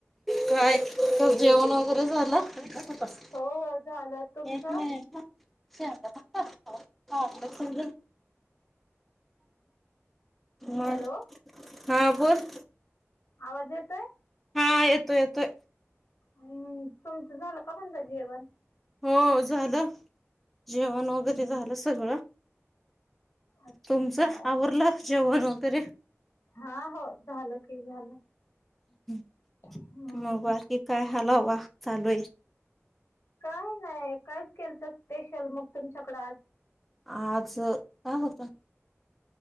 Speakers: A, in the centre; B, on the left.
A: काय तर जेवण वगैरे झालं स
B: हो हो झालं तुमचं
A: एक नाही फक् ह म
B: हॅलो
A: हा बोोल
B: आवाज येतोय
A: हा येतोय येतोय
B: हम्म तुमचं झालं का बंद जेवण
A: हो झालं जेवण वगैरे
B: हम्म
A: झालं
B: हम्म
A: सगळं
B: अच्छा
A: तुमचं
B: हा
A: आवरलं जेवण वगैरे
B: हा हो झालं ते झालं
A: ्
B: हम्म
A: मग बाकी काय हलाववा चालू आहे
B: काय नाही कायच केल तर स्पेशल मग तुमच्याकडडे आ
A: आज काय होतं